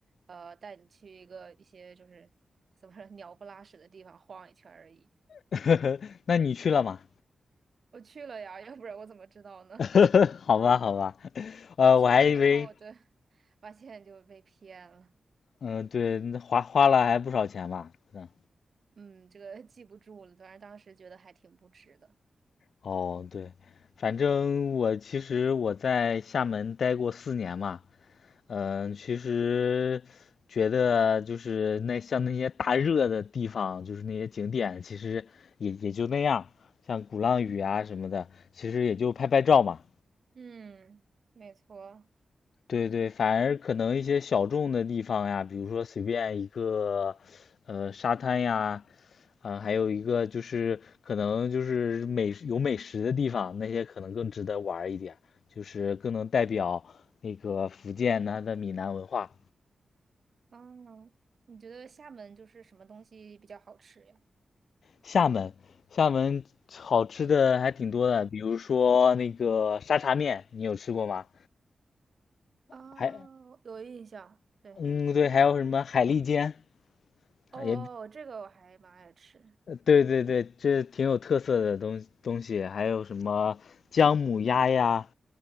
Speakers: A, on the right; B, on the left.
A: 呃带你去一个一些就是怎么说鸟不拉屎的地方晃一圈而已。
B: <laughs> 那你去了吗？
A: 我去了呀，要不然我怎么知道呢？
B: <laughs>
A: <laughs>
B: 好吧，好吧，呃，
A: 去完之后，
B: 我还以为，
A: 对，发现就被骗了。
B: 嗯、对，那花花了还不少钱吧？嗯，
A: 嗯，这个记不住了，反正当时觉得还挺不值的。
B: 哦，对，反正我其实我在厦门待过四年嘛，嗯、其实觉得就是那像那些大热的地方，就是那些景点，其实也也就那样，像鼓浪屿啊什么的，其实也就拍拍照嘛。
A: 嗯，没错。
B: 对对，反而可能一些小众的地方呀，比如说随便一个，呃，沙滩呀，啊、还有一个就是可能就是美有美食的地方，那些可能更值得玩儿一点，就是更能代表那个福建它的闽南文化。
A: 嗯，你觉得厦门就是什么东西比较好吃呀？
B: 厦门，厦门好吃的还挺多的，比如说那个沙茶面，你有吃过吗？
A: 哦，
B: 还，
A: 有印象。对，
B: 嗯，对，还有什么海蛎煎，
A: 哦哦，
B: 啊也
A: 这个我还蛮爱吃。
B: 呃对对对，这挺有特色的东东西，还有什么姜母鸭呀，